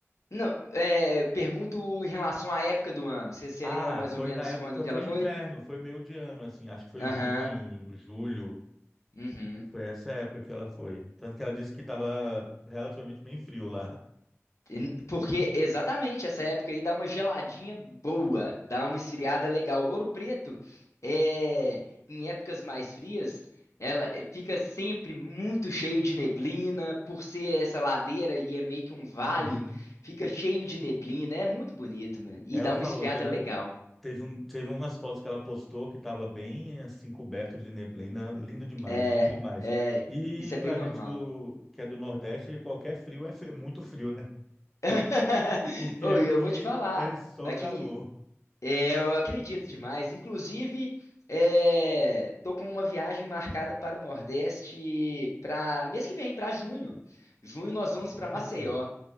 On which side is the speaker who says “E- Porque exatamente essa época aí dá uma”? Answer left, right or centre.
Left